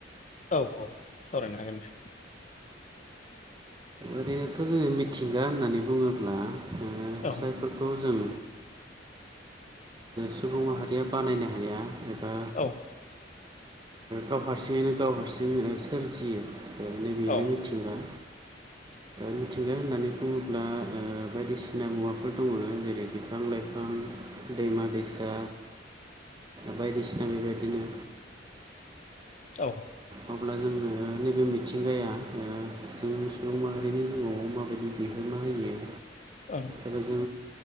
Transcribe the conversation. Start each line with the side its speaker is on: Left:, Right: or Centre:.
Left: औ औ सावरायनो हागोन दे
Right: ओरैनोथ जोङो मिथिंगा होननानै बुङोब्ला
Left: औ
Right: जायफोरखौ जों सुबुं माहारिया बानायनो हाया एबा
Left: औ
Right: गाव हारसिङैनो गाव हारसिंनो सोरजियो दा नैबेनो
Left: औ
Right: मिथिंगा मिथिंगा होननानै बुङोब्ला बायदिसिना मुवाफोर दङ जेरै बिफां लाइफां दैमा दैसा बायदिसिना बेबायदिनो
Left: औ
Right: अब्ला जोङो नैबे मिथिंगाया ओ जों सुबुं माहारिनि जिउआव माबायदि बिहोमा होयो
Left: औ
Right: एबा जों